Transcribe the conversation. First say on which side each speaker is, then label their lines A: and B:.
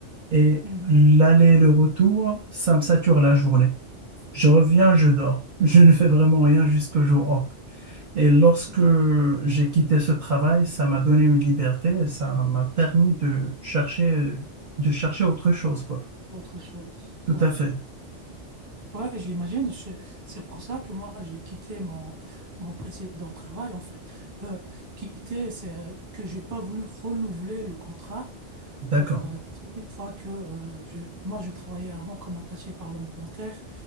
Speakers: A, on the right (about 50°); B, on the right (about 15°).
A: Et
B: Mhm.
A: l'aller et le retour, ça me sature la journée. Je reviens, je
B: J'imagine.
A: dors. Je ne fais vraiment rien jusqu'au jour off. Et lorsque
B: j'imagine.
A: j'ai quitté ce travail, ça m'a donné une liberté et ça m'a permis de chercher, de chercher autre chose, quoi.
B: Autre chose.
A: Tout
B: Ouais.
A: à fait.
B: Ouais, j'imagine. Je- C'est pour ça que moi, j'ai quitté mon, mon précédent travail, en fait. Euh, quitter, c'est euh, que j'ai pas voulu renouveler le contrat.
A: D'accord.
B: euh, parce qu'une fois que euh, je- moi, je travaillais avant comme attaché parlementaire